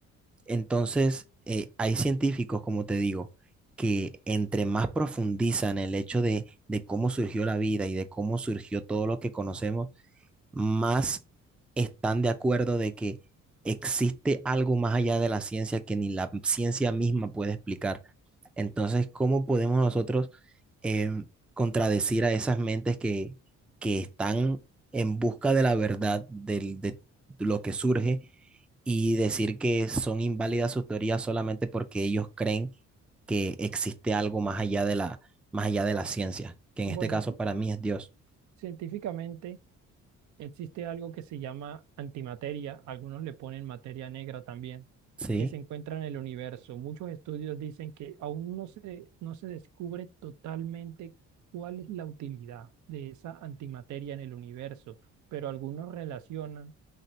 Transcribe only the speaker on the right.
Bueno,
ci-
científicamente existe algo que se llama antimateria, algunos le ponen materia negra también,
que se encuentra en el universo. Muchos estudios dicen que aún no se, no se descubre totalmente cuál es la utilidad de esa antimateria en el universo, pero algunos relacionan